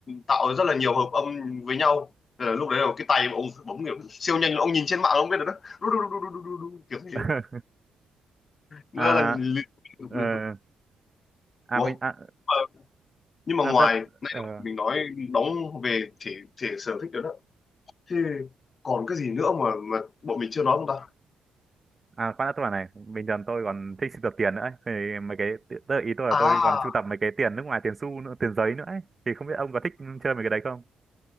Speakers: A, on the left (about 40°); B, on the right (about 20°).
A: tạo rất là nhiều hợp âm với nhau Thế là lúc đấy là cái tay mà ông phải bấm kiểu siêu nhanh ông nhìn trên mạng ông biết được đó đu, đu, đu, đu, đu, đu, đu, kiểu thế
B: <laughs>
A: Nó
B: à
A: là liên tục
B: ờ
A: liên tục
B: à
A: ủa
B: mình à,
A: Ờ, nhưng mà
B: à,
A: ngoài
B: tôi,
A: này
B: ờ,
A: mình nói đóng về thể thể sở thích đó, đó thì còn cái gì nữa mà mà bọn mình chưa nói không ta
B: à khoan đã tôi bảo này bình thường tôi còn thích sưu tập tiền nữa ấy. thì mấy cái tức là ý tôi là
A: à
B: tôi còn sưu tập mấy cái tiền nước ngoài tiền xu nữa tiền giấy nữa ấy thì không biết ông có thích chơi mấy cái đấy không